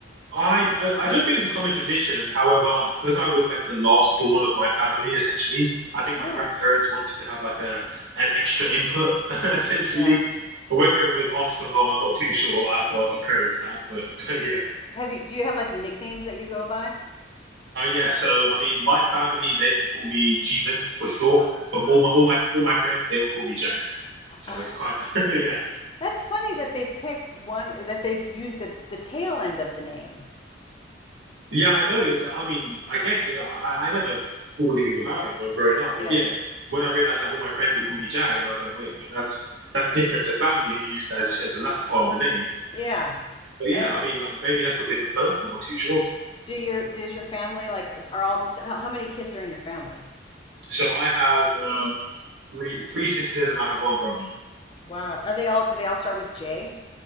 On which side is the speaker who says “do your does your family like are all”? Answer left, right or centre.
Left